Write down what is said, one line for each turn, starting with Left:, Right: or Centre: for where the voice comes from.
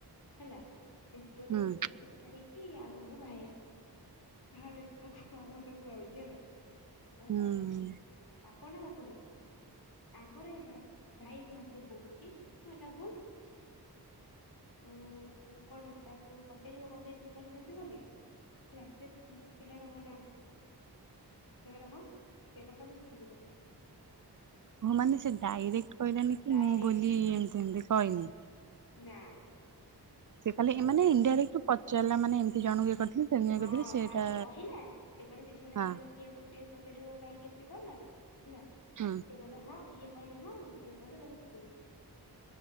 Left: ହେଲା ସେ ଝିଅ ଟା
Right: ହୁଁ
Left: ଏବେ ମତେ ଛାଡିକି ଆଉ ଆଉ ଜଣ ଙ୍କୁ ବାହା ହେଇଗଲା ଭାବେ କାହାକୁ କଉ କଥା କୁହା ହଉଚି ହେଲା। ଆଉ
Right: ହୁଁ
Left: ଏଇଟା ପାପ ନା ପାପ ନୂହ? ଆମର ଏ ଭା ଭାଇ ମହାଶୟ କହୁଚନ୍ତି ହଁ ଏଟା ଭୁଲ। ଆଉ କଣ ତାକୁ ପଚାରିବ କଣ ପାଇଁ ଏମିତି କଲେ ସେମ ବୋଲି। ହେଲା ସେ ଉଁ ପିଲାଟା କହିଲା ସେ କହିଲା ହଁ ସେ କହିଲା ତମ ସ୍ତ୍ରୀକୁ ପଚାର।
Right: ହଁ ମାନେ ସେ ଡାଇରେକ୍ଟ କହିଲାନି କି
Left: ଡାଇରେକ୍ଟ
Right: ମୁଁ ବୋଲି ଏମିତି ଏମିତି କହିନି।
Left: ନା।
Right: ସେ ଖାଲି
Left: କହିଲା
Right: ମାନେ
Left: ତମ
Right: ଇନଡାଇରେକ୍ଟ
Left: ସ୍ତ୍ରୀ କୁ ପଚାର।
Right: ପଚାରିଲା ମାନେ ଏମିତି ଜଣଙ୍କୁ ଇଏ କରିଥିଲି ସେମିତି ଇଏ
Left: ହଁ
Right: କରିଥିଲି ସେଇଟା
Left: ଫାର୍ଷ୍ଟ କହିଲା। ସେ କହିଲା ସେ ଝିଅ ଟା
Right: ହଁ
Left: ଟିକେ ଝିଅକୁ ଟିକେ ପଚାରିବ କାହିଁକି ଏମିତି କଲା ହେଲା।
Right: ହଁ।
Left: ସେ କହିଲା ହଁ। ଇଏ କହିଲେ ହଁ। ସିଏ କହିଲା ତମ ସ୍ତ୍ରୀ କୁ ପଚାର।